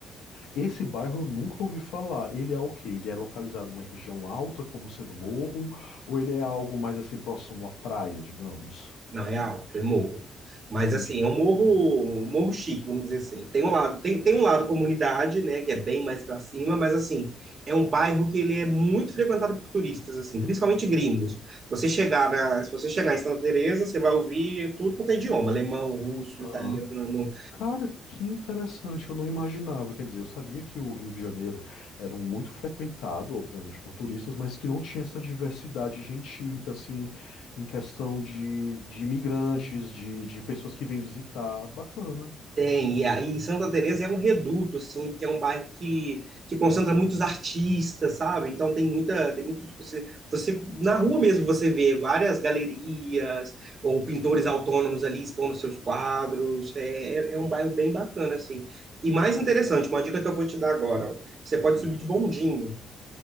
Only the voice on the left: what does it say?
Esse bairro eu nunca ouvi falar. Ele é o quê? Ele é localizado numa região alta, como sendo morro, ou ele é algo mais assim próximo à praia, digamos?
Entendi.
Aham.
Cara, que interessante, eu não imaginava. Quer dizer, eu sabia que o Rio de Janeiro era um muito frequentado, obviamente, por turistas, mas que não tinha essa diversidade gentílica, assim, em questão de, de imigrantes, de, de pessoas que vêm visitar. Bacana,
diga.